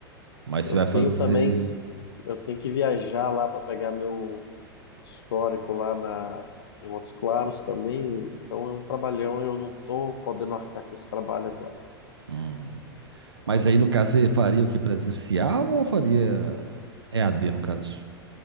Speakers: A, on the right (about 85°); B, on the left (about 70°).
A: mas
B: Eu
A: você vai
B: tenho
A: fazer...
B: também que eu tenho que viajar lá para pegar meu histórico lá na em Montes Claros também. Então é um trabalhão e eu não tô podendo arcar com esse trabalho agora.
A: Hum. Mas aí, no caso, você faria o quê? Presencial ou faria E a d no caso?